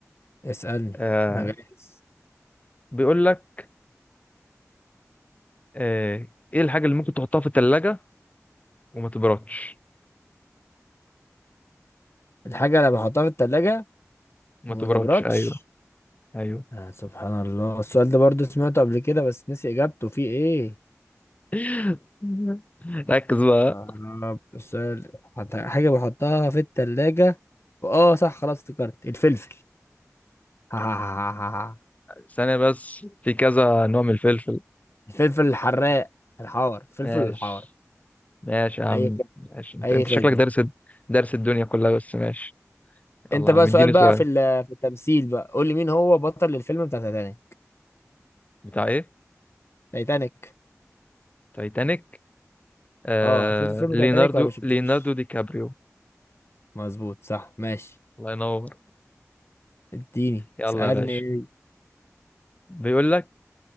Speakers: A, on the left; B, on the left.
A: اسألني
B: آه
A: انا جاهز
B: بيقول لك آه، ايه الحاجة اللي ممكن تحطها في التلاجة وما تبردش
A: الحاجة اللي بحطها في التلاجة
B: ما
A: وما
B: تبردش
A: تبردش
B: ايوه ايوه
A: آه سبحان الله السؤال ده برضو سمعته قبل كده بس نسي اجابته فيه ايه
B: <laughs> ركز بقى
A: يا رب السؤال حط- حاجة بحطها في التلاجة اه صح خلاص افتكرت الفلفل <laughs>
B: ثانية بس في كذا نوع من الفلفل
A: الفلفل الحراق الحار الفلفل
B: ماشي
A: الحار
B: ماشي يا عم
A: اي خدمة
B: ماشي انت
A: اي
B: انت
A: خدمة
B: شكلك دارس دارس الدنيا كلها بس ماشي يلا
A: انت بقى
B: يا عم اديني
A: سؤال بقى
B: سؤال
A: في ال- في التمثيل بقى قول لي مين هو بطل الفيلم بتاع تايتانيك
B: بتاع ايه
A: تايتانيك
B: تايتانيك آه...
A: اه شفت فيلم
B: ليوناردو
A: تايتانيك ولا ما شفتوش
B: ليوناردو دي كابريو
A: مظبوط صح ماشي
B: الله ينور
A: اديني
B: يلا
A: اسالني
B: يا باشا بيقول لك